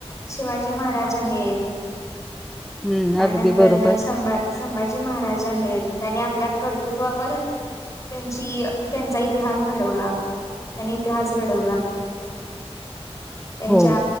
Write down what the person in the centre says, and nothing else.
हम्म
अगदी बरोबर
<unintelligible>
हो